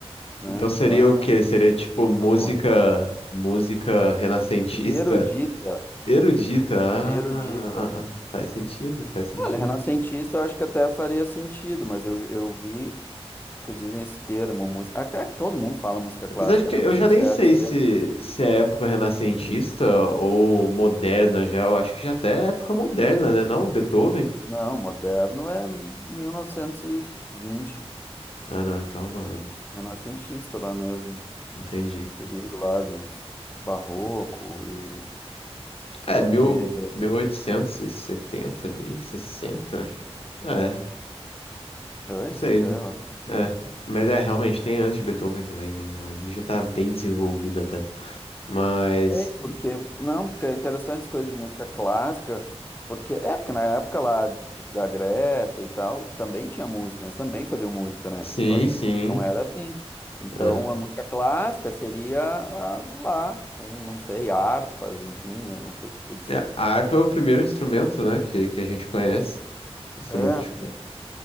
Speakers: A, on the left; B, on the left.
A: né?
B: então seria
A: Lá
B: o quê?
A: no início
B: Seria tipo
A: das civilizações.
B: música, música renascentista?
A: Erudita,
B: Erudita, ah,
A: erudita.
B: ah, ah, faz sentido, faz sentido.
A: Olha, renascentista eu acho que até faria sentido, mas eu, eu vi que dizem esse termo, música. Ah, cara que todo mundo fala música clássica,
B: Apesar de que
A: né?
B: eu
A: Mas
B: já
A: que o
B: nem
A: certo
B: sei
A: seria.
B: se, se é época renascentista ou moderna já, eu acho que já até é época moderna, né? Não, Beethoven?
A: Não, moderno é mil novecentos e vinte
B: Ah, não, então não, né?
A: renascentista lá mesmo.
B: Entendi.
A: Período lá dos barroco e.
B: É,
A: Porque
B: mil, mil oitocentos e setenta ali, sessenta É,
A: antes
B: não sei,
A: até,
B: né?
A: ó.
B: É, mas é, realmente, tem antes de Beethoven também, né? Ali já tá bem desenvolvida até. Mas,
A: Sei, Porque, não, porque é interessante as coisas de música clássica, porque é, porque na época lá da Grécia e tal, também tinha música, eles também faziam música, né?
B: sim,
A: Só que
B: sim.
A: não era assim. Então
B: É.
A: a música clássica seria a lá, com, não sei, harpas, enfim, eu não sei o que que eles.
B: É, a harpa é o primeiro instrumento, né, que, que a gente conhece. Instrumento
A: É,
B: de corda.